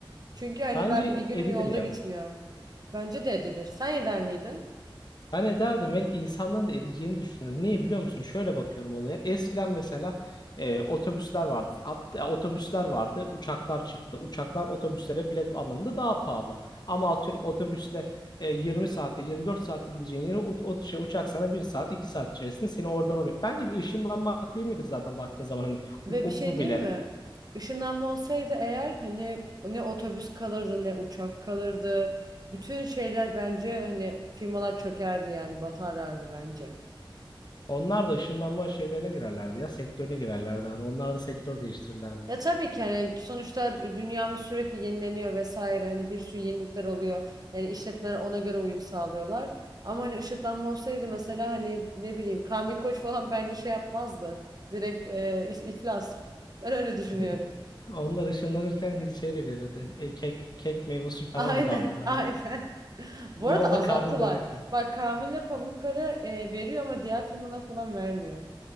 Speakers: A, on the right (about 45°); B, on the left (about 50°).
A: Çünkü hani
B: Bence
A: ben bir günüm
B: edilir
A: yolda
B: ya.
A: gitmiyor. Bence de edilir. Sen eder miydin?
B: Ben ederdim ve insanların da edeceğini düşünüyorum. Niye biliyor musun? Şöyle bakıyorum olaya. Eskiden mesela e, otobüsler vardı. At- e, otobüsler vardı. Uçaklar çıktı. Uçaklar otobüslere bilet anlamında daha pahalı. Ama atıyorum otobüsle e, 20 saatte 24 saatte gideceğin yere o, o şey, uçak sana bir saat 2 saat içerisinde seni oradan oraya. Bence bir ışınlanmak değil midir zaten baktığın zaman hani
A: Ve
B: o-
A: bir şey
B: o- bu
A: diyeyim
B: bile.
A: mi? Işınlanma olsaydı eğer hani ne otobüs kalırdı ne uçak kalırdı. Bütün şeyler bence hani firmalar çökerdi yani batarlardı bence.
B: Onlar da ışınlanma şeylerine girerlerdi ya sektörüne girerlerdi. Hani onlar da sektör değiştirirlerdi.
A: Ya tabii ki hani sonuçta dünyamız sürekli yenileniyor vesaire hani bir sürü yenilikler oluyor. Yani işletmeler ona göre uyum sağlıyorlar. Ama hani ışınlanma olsaydı mesela hani ne bileyim Kamil Koç falan bence şey yapmazdı. Direkt e, is- iflas. Ben öyle düşünüyorum.
B: <laughs> Onlar ışınlanırken şey de verirdi. E, kek, kek meyve suyu falan
A: Aynen,
B: da dağıtırlardı.
A: aynen. <laughs> Bu
B: Yolda
A: arada azalttılar.
B: karnın doyarak.
A: Bak Kamil'le Pamukkale e, veriyor ama diğer firmalar falan vermiyor.